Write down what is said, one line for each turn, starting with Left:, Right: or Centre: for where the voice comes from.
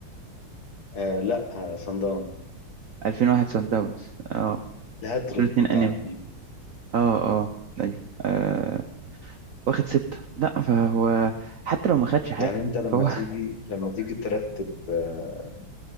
Left: آه لا آه، صن داونز
Right: ألفين واحد سان داونز اه
Left: الهاتريك
Right: ألفين واتنين
Left: بتاع
Right: أنيمبا
Left: بيبو
Right: اه اه أيوه آه، واخد ستة لا فهو حتى لو ما خدش حاجة
Left: يعني أنت لما
Right: فهو
Left: تيجي
Right: <laughs>
Left: لما تيجي ترتب آه،